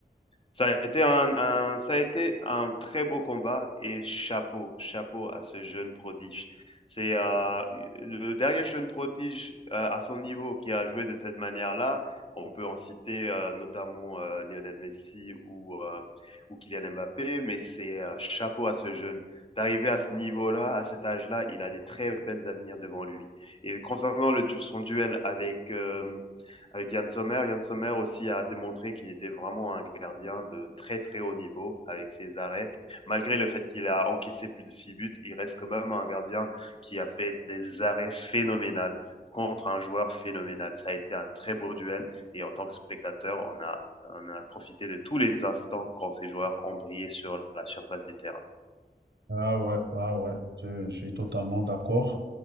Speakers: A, on the left; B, on the right.
A: Ça a été un, un- ça a été un très beau combat et chapeau, chapeau à ce jeune prodige. C'est euh, le dernier jeune prodige euh, à son niveau qui a joué de cette manière-là. On peut en citer euh, notamment euh, Lionel Messi ou, euh, ou Kylian Mbappé, mais c'est euh, chapeau à ce jeune. D'arriver à ce niveau-là, à cet âge-là, il a des très belles avenirs devant lui. Et concernant le, du- son duel avec, euh, avec Yann Sommer, Yann Sommer aussi a démontré qu'il était vraiment un gardien de très très haut niveau avec ses arrêts. Malgré le fait qu'il a encaissé plus de 6 buts, il reste quand même un gardien qui a fait des arrêts phénoménales contre un joueur phénoménal. Ça a été un très beau duel et en tant que spectateur, on a, on a profité de tous les instants quand ces joueurs ont brillé sur la surface du terrain.
B: Ah ouais, ah ouais, je, je suis totalement d'accord